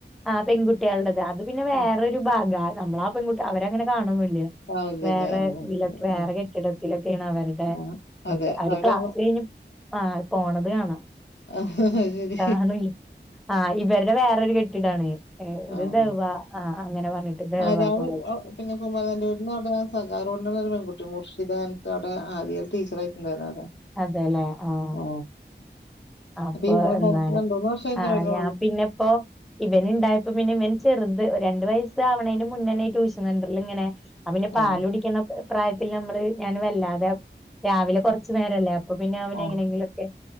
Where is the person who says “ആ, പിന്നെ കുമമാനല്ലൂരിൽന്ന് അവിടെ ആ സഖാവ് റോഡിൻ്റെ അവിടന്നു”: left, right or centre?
Left